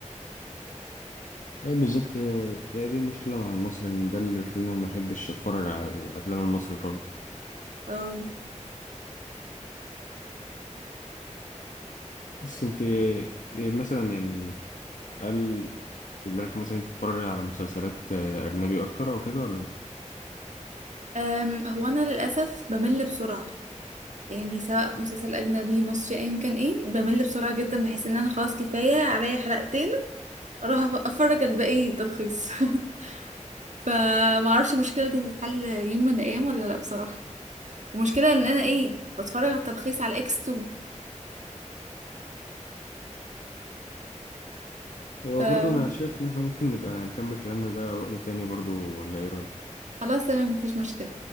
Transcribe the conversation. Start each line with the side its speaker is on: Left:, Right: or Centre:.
Left: اي بالظبط هي هي دي مشكله مع المصري ان ده اللي خلاني ما احبش اتفرج على الافلام المصري خالص
Right: اه
Left: بس انت إيه مثلا يعني هل في بالك مثلا تتفرج على مسلسلات آه، اجنبي اكتر او كده ولا لأ؟
Right: أم، هو أنا للأسف بمل بسرعة يعني سواء مسلسل أجنبي مصري أيا كان إيه بمل بسرعة جدا بحس إن أنا خلاص كفاية عليا حلقتين أروح أف- أفرج الباقي تلخيص <laughs> فمعرفش المشكلة دي هتتحل يوم من الأيام ولا لأ بصراحة ومشكلة ان انا ايه بتفرج على التلخيص على اكس 2
Left: وبرضه
Right: فخلاص
Left: انا شايف ان احنا ممكن نبقى نكمل كلامنا ده وقت تاني برضه ولا ايه رايك
Right: تمام مفيش مشكلة